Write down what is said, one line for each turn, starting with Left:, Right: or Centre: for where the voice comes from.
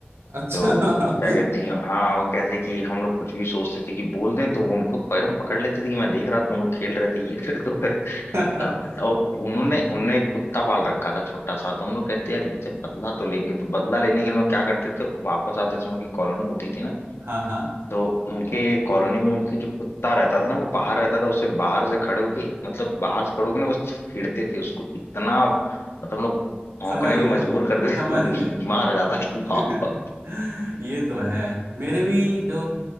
Right: अच्छा
Left: तो
Right: <laughs>
Left: क्या कहते हैं हाँ वो कहते कि हम लोग कुछ भी सोचते थे कि बोल दें तो उनको पकड़ पकड़ लेते थे कि मैं देख रहा था तुम लोग खेल रहे थे ये करे तो करे
Right: <laughs>
Left: तो- और उन्होंने उनने एक कुत्ता पाल रखा था छोटा सा तो हम लोग कहते यार इनसे बदला तो लेंगे तो बदला लेने के लिए हम लोग क्या करते थे वापस आते समय उनकी कॉलोनी होती थी ना
Right: हाँ हाँ
Left: तो उनके कॉलोनी में उनकी जो कुत्ता रहता था ना वो बाहर रहता था उससे बाहर से खड़े होके मतलब बाहर से खड़े होके ना बस छेड़ते थे उसको इतना मतलब हम लोग भौंकने
Right: समझ गए
Left: पे मजबूर कर देते
Right: समझ
Left: थे वो
Right: गए
Left: बीमार हो जाता था भाव
Right: <laughs>
Left: भाव।
Right: ये तो है मेरे भी जो